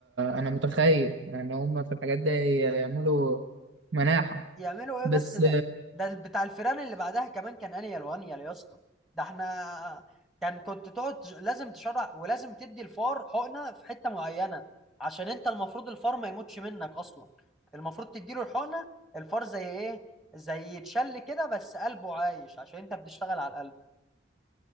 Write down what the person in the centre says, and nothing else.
يعملوا ايه
بس ده ده بتاع الفيران اللي بعدها كمان كان انيل وانيل يا اسطى ده احنا كان كنت تقعد تش- لازم تشرع ولازم تدي الفار حقنه في حته معينه عشان انت المفروض الفار ما يموتش منك اصلا المفروض تديله الحقنه الفار زي ايه زي يتشل كده بس قلبه عايش عشان انت بتشتغل على القلب